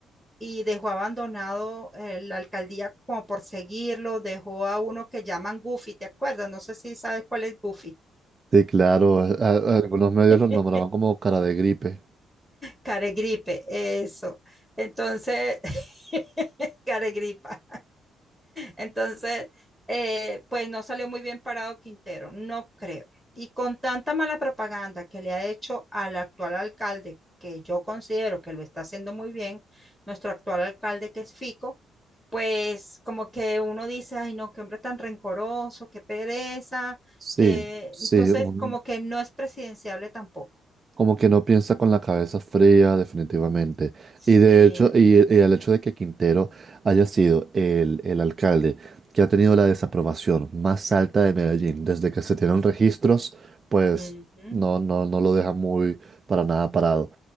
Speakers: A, in the centre; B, on the right.
A: Y dejó abandonado eh, la alcaldía como por seguirlo, dejó a uno que llaman Goofy, ¿te acuerdas? No sé si sabes cuál es Goofy.
B: Sí, claro, a- a- algunos medios
A: <laughs>
B: los nombraban como cara de gripe.
A: Caregripe, eso. Entonces, <laughs> caregripa. Entonces, eh, pues no salió muy bien parado Quintero, no creo. Y con tanta mala propaganda que le ha hecho al actual alcalde, que yo considero que lo está haciendo muy bien, nuestro actual alcalde que es Fico, pues como que uno dice, ay no, qué hombre tan rencoroso, qué pereza,
B: Sí,
A: que
B: sí,
A: entonces
B: un-
A: como que no es presidenciable tampoco.
B: como que no piensa con la cabeza fría, definitivamente.
A: Sí.
B: Y de hecho, y, y el hecho de que Quintero haya sido el, el alcalde que ha tenido la desaprobación más alta de Medellín desde que se tienen registros, pues
A: Ujú,
B: no, no, no lo deja muy para nada parado.